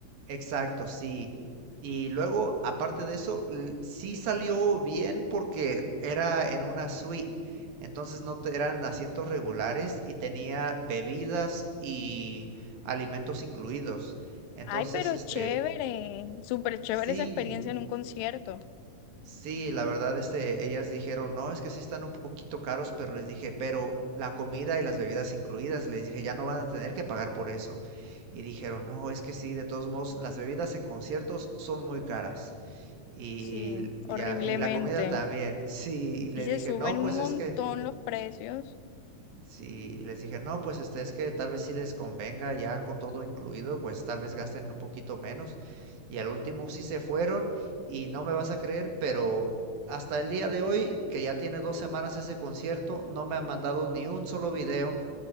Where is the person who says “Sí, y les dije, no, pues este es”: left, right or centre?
Right